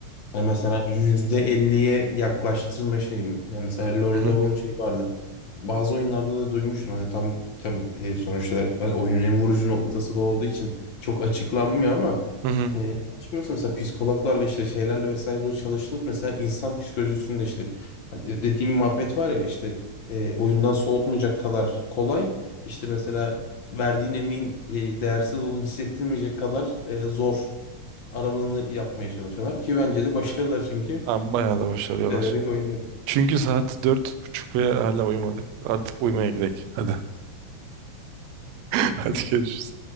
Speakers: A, on the left (about 60°); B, on the right (about 75°).
A: Hani mesela %50'ye yaklaştırma şeyi. mi? Yani mesela LoL'de
B: Hı hı.
A: onun şeyi vardı. Bazı oyunlarda da duymuştum. Hani tam tabii e, sonuçta hani oyunun en vurucu noktası bu olduğu için çok açıklanmıyor ama
B: Hı hı.
A: e, yanlış bilmiyorsam mesela psikologlarla işte şeylerle vesaire böyle çalışılıp mesela insan psikolojisinde işte hani dediğim muhabbet var ya işte e, oyundan soğutmayacak kadar kolay. İşte mesela verdiğin emeğin e, değersiz olduğunu hissettirmeyecek kadar e, zor aralığını yapmaya çalışıyorlar ki bence de başarılar çünkü
B: Abi bayağı da başarıyorlar.
A: severek oynuyorum.
B: Çünkü saat dört buçuk ve hala uyumadık. Artık uyumaya gidelim. Hadi. <laughs> Hadi görüşürüz.